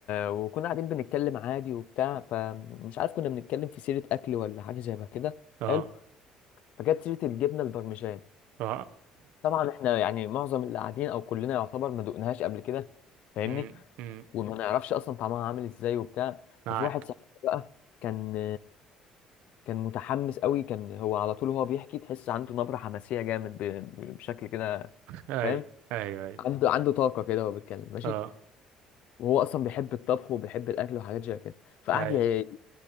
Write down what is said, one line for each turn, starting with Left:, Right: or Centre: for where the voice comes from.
Left: وكنا قاعدين بنتكلم عادي وبتاع فمش عارف كنا بنتكلم في سيرة أكل ولا حاجة زي ما كده
Right: اه
Left: حلو فجت سيرة الجبنة البرمجان
Right: اه
Left: طبعا إحنا يعني معظم اللي قاعدين أو كلنا يعتبر ما دقناهاش قبل كده فاهمني
Right: <clears throat>
Left: وما نعرفش أصلا طعمها عامل إزاي وبتاع
Right: معاك
Left: ففي واحد صاحبي بقى كان كان متحمس قوي كان هو على طول وهو بيحكي تحس عنده نبرة حماسية جامد ب- ب- بشكل كده
Right: اي
Left: فاهم
Right: اي اي
Left: عنده عنده طاقة كده وهو بيتكلم ماشي
Right: اه
Left: وهو أصلا بيحب الطبخ وبيحب الأكل وحاجات زي كده فقعد
Right: اي
Left: ي-